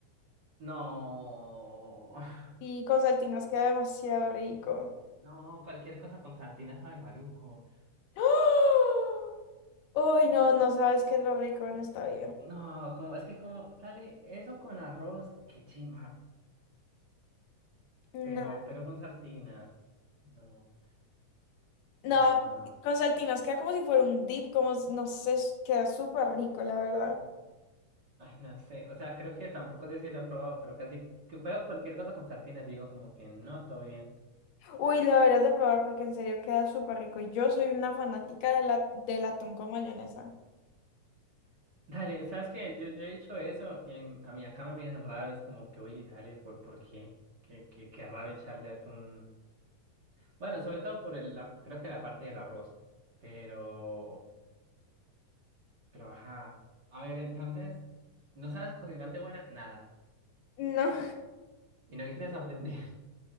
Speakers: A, on the right; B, on the left.
A: No.
B: Y
A: <laughs> <sighs>
B: con saltinas queda demasiado rico.
A: No, cualquier cosa con saltina sabe maluco.
B: ¡Ah! Uy, no, no sabes qué es lo rico en esta vida.
A: No, como, es que como, dale, eso con arroz, qué chimba.
B: No,
A: Pero, pero con saltinas. No.
B: no,
A: No, no.
B: con saltinas queda como si fuera un dip, como s- no sé, s- queda súper rico, la verdad.
A: Ay, no sé, o sea, creo que tampoco sé si lo he probado, pero casi que veo cualquier cosa con sardinas, digo como que no, todo bien.
B: Uy, lo deberías de probar porque en serio queda súper rico. Y yo soy una fanática de la, del atún con mayonesa.
A: <laughs> Dale, ¿sabes qué? Yo, yo he dicho eso y a mí acá me miran raro, es como que, oye, dale, ¿por, por qué? Qué, qué, qué raro echarle atún. Bueno, sobre todo por el, la, creo que la parte del arroz, pero, pero ajá. A ver, entonces, ¿no sabes cocinar de buena? Nada.
B: No,
A: ¿Y no quieres aprender? <laughs>